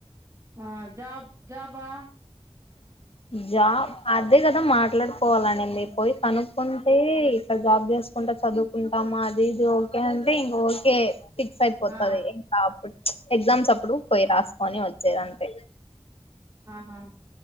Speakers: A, on the right (about 30°); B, on the left (about 70°).
A: ఆ జాబ్ జబా
B: <inaudible> జాబ్ అదే కదా మాట్లాడుకోవాలనింది, పోయి కనుక్కుంటే ఇట్లా జాబ్ చేసు కుంట చదువుకుంటామా అది ఇది ఓకే అంటే ఇంగ ఓకే ఫిక్స్ అయిపోతది
A: ఆ
B: ఇంగా అప్పుడు ఎగ్జామ్స్ అప్పుడు పోయి రాసుకొని వచ్చేయ్ అంతే
A: ఆహా